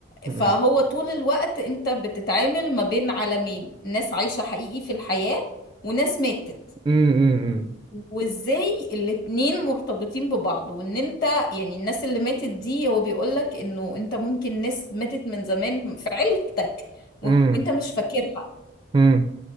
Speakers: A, on the right; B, on the left.
A: أمم،
B: فهو طول الوقت انت بتتعامل ما بين عالمين ناس عايشة حقيقي في الحياة وناس ماتت
A: أمم،
B: وازاي الاتنين مرتبطين ببعض وان انت يعني الناس اللي ماتت دي هو بيقولك انه انت ممكن ناس ماتت من زمان في عيلتك
A: أمم،
B: وانت مش فاكرها
A: أمم.